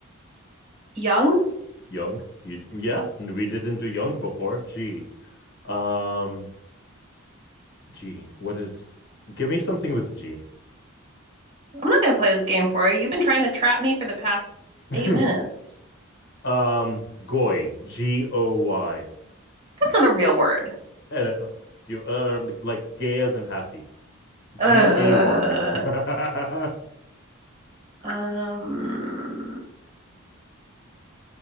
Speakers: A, on the right; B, on the left.
A: young.
B: Young. You yeah. We didn't do young before. G. Um, G. What is? Give me something with G.
A: I'm not going to play this game for you. You've been trying to trap me for the past
B: <laughs>
A: eight minutes.
B: um, goy. G O Y.
A: That's not a real word.
B: And, uh, Do you uh like- like gay as in happy? G
A: Ugh.
B: A Y. <laughs>
A: Um,